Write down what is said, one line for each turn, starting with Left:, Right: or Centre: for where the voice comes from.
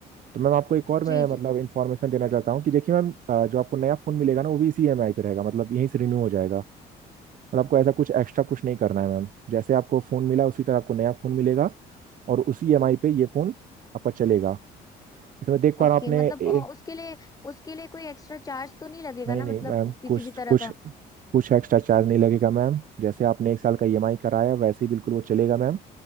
Right: तो मैम आपको एक और मैं
Left: जी
Right: मतलब
Left: जी
Right: इन्फॉर्मेशन देना चाहता हूँ कि देखिए मैम अ, जो आपको नया फ़ोन मिलेगा ना वो भी इसी ईएमआई पे रहेगा मतलब यहीं से रिन्यू हो जाएगा और आपको ऐसा कुछ एक्स्ट्रा कुछ नहीं करना है मैम जैसे आपको फ़ोन मिला उसी तरह आपको नया फ़ोन मिलेगा और उसी ईएमआई पे ये फ़ोन आपका चलेगा जैसे मैं देख पा
Left: ओके
Right: रहा हूँ आपने
Left: मतलब
Right: ए,
Left: अ, उसके लिए उसके लिए कोई एक्स्ट्रा चार्ज तो नहीं लगेगा
Right: नहीं
Left: ना
Right: नहीं
Left: मतलब
Right: मैम
Left: किसी
Right: कुछ
Left: भी
Right: कुछ
Left: तरह का
Right: कुछ एक्स्ट्रा चार्ज नहीं लगेगा मैम जैसे आपने एक साल का ईएमआई कराया वैसे ही बिल्कुल वो चलेगा मैम